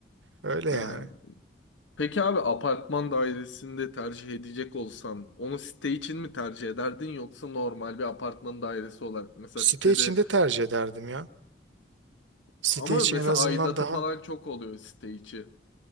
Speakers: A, on the right; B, on the left.
A: Öyle
B: Ha.
A: yani.
B: Peki abi apartman dairesinde tercih edecek olsan onu site için mi tercih ederdin yoksa normal bir apartman dairesi olarak mesela
A: Site
B: sitede
A: içinde tercih ederdim ya. Site
B: ama
A: içi
B: mesela
A: en azından
B: aidatı
A: daha
B: falan çok oluyor site içi.